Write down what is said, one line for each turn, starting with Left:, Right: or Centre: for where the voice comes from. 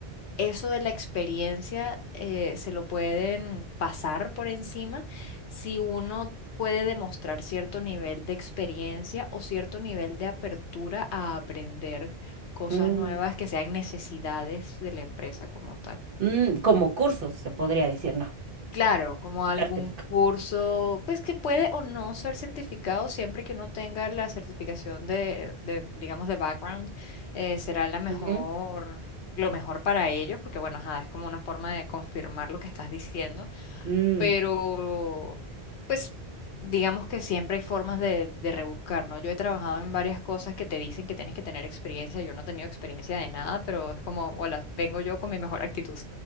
Left: eso de la experiencia eh, se lo pueden pasar por encima si uno puede demostrar cierto nivel de experiencia o cierto nivel de apertura a aprender cosas
Right: mm,
Left: nuevas que sean necesidades de la empresa como tal.
Right: mm, como cursos se podría decir, no,
Left: Claro, como algún
Right: certificado.
Left: curso, pues que puede o no ser certificado, siempre que uno tenga la certificación de, de, digamos, de background, eh, será la mejor,
Right: Ujú.
Left: lo mejor para ellos, porque bueno, ajá, es como una forma de confirmar lo que estás diciendo,
Right: Mm.
Left: pero pues digamos que siempre hay formas de, de rebuscar, ¿no? Yo he trabajado en varias cosas que te dicen que tienes que tener experiencia, yo no he tenido experiencia de nada, pero es como, hola, vengo yo con mi mejor actitud.